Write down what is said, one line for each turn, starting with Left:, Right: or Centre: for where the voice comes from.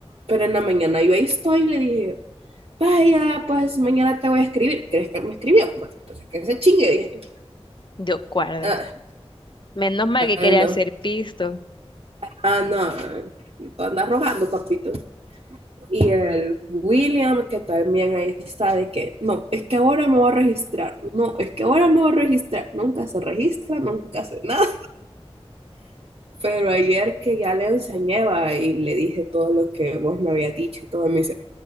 Right: pero en la mañana yo ahí estoy, le dije, vaya, pues mañana te voy a escribir, ¿crees que me escribió? Pues entonces que se chingue, dije,
Left: Dios guarde.
Right: ah,
Left: Menos mal que quería
Right: ay no,
Left: hacer pisto.
Right: ah no, tú andas rogando, papito. Y el William, que también ahí está, de que, no, es que ahora me voy a registrar, no, es que ahora me voy a registrar, nunca se registra, nunca hace nada Pero ayer que ya le enseñé va, y le dije todo lo que vos me habías dicho y todo, me dice,